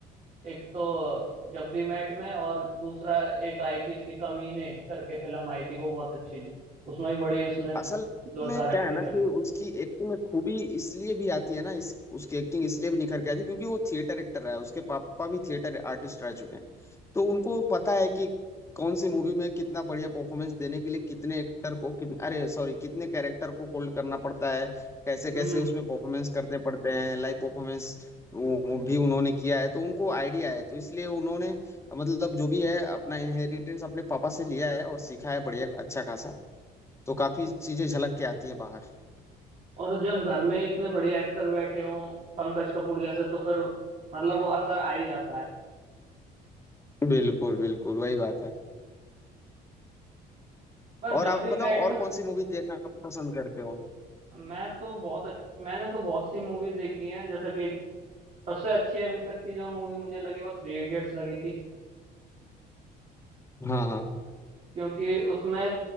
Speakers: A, on the right (about 45°); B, on the left (about 15°).
A: एक तो जब वी मेट में और दूसरा एक आई थी इसकी कमीने करके फिल्म आई थी वो बहुत अच्छी थी उसमें भी बड़ी उसने
B: असल
A: जोरदार
B: में क्या
A: एक्टिंग
B: है ना
A: करी
B: कि उसकी एक्टिंग में खूबी इसलिए भी आती है ना इस उसकी एक्टिंग इसलिए भी निखर के आती है क्योंकि वो थिएटर एक्टर रहा है उसके पापा भी थिएटर आर्टिस्ट रह चुके हैं तो उनको पता है कि कौन सी मूवी में कितना बढ़िया परफॉर्मेंस देने के लिए कितने एक्टर को कितने अरे सॉरी कितने कैरेक्टर को होल्ड करना पड़ता है कैसे
A: हम्म
B: कैसे उसमें परफॉर्मेंस करते पड़ते हैं लाइव परफॉर्मेंस वो वो भी उन्होंने किया है तो उनको आइडिया है तो इसलिए उन्होंने मतलब जो भी है अपना इनहेरिटेंस अपने पापा से लिया है और सीखा है बढ़िया अच्छा खासा तो काफी चीजें झलक के आती हैं बाहर
A: और जब घर में ही इतने बढ़िया एक्टर बैठे हों पंकज कपूर जैसे तो फिर मतलब वो असर आ ही जाता है
B: बिल्कुल बिल्कुल वही बात है
A: पर जब
B: और आप
A: भी
B: बताओ
A: मैट में
B: और कौन सी मूवी देखना पसंद करते हो
A: मैं तो बहुत अच्छ- मैंने तो बहुत सी मूवीज देखी हैं जैसे कि सबसे अच्छी अभी तक की जो मूवी मुझे लगी वो थ्री इडियट्स लगी थी
B: हाँ हाँ
A: क्योंकि उसमें